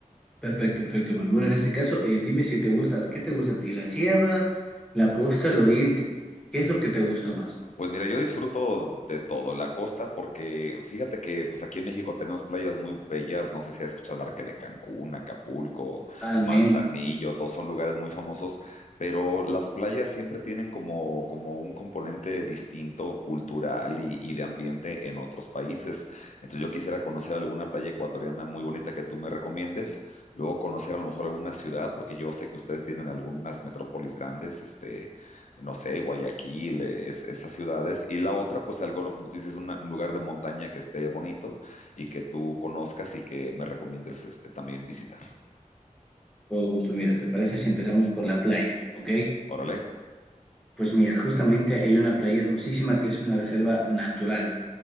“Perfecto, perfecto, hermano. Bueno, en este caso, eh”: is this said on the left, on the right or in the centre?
Centre